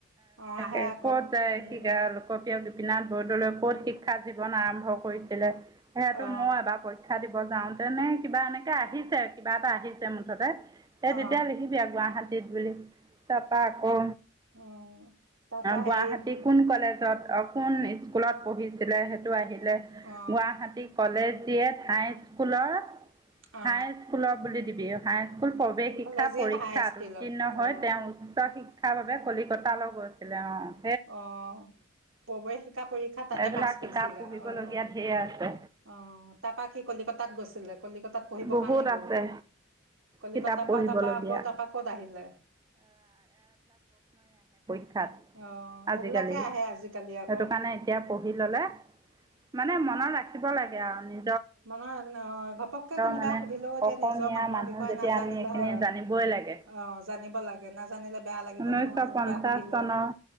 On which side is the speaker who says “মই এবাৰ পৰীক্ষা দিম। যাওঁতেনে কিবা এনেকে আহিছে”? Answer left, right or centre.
Right